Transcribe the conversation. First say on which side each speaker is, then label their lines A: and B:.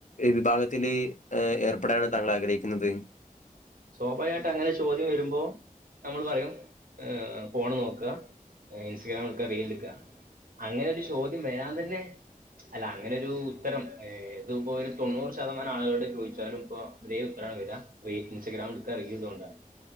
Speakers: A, on the left; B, on the right.
A: വിഭാഗത്തില് ഏർപ്പെടാനാണ്. താങ്കൾ, ആഗ്രഹി പിന്നെ, ന്തേ?
B: സ്വാഭാവികായിട്ട് അങ്ങനെ ചോദ്യം വരുമ്പോ? നമ്മൾ പറയും. ഏ ഫോൺ നോക. എ ഇൻസ്റ്റഗ്രാം, എട്ക്കാ, റീല്, എട്ക്കാ. അങ്ങനെ, ഒരു, ചോദ്യം വരാൻ തന്നെ! അല്ല, അങ്ങനെ ഒരു ഉ, ഉത്തരം. ഏ ത്പ്പോ, ഒരു, തൊണ്ണൂറ്, ശതമാനം ആളുകൾട്, ചോയ്ച്ചാലും ഇപ്പൊ, ഒരേ ഉത്തരം. <unintelligible> Instagram ഇട്ക്കാ reel തോണ്ടാ.